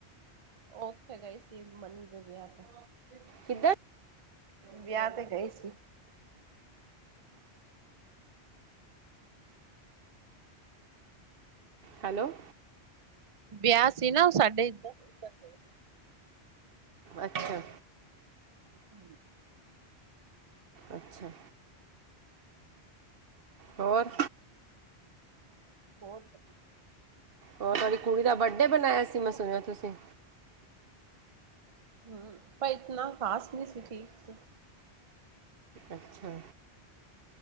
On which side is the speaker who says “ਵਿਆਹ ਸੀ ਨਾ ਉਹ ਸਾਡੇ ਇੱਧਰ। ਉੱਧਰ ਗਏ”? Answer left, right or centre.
Right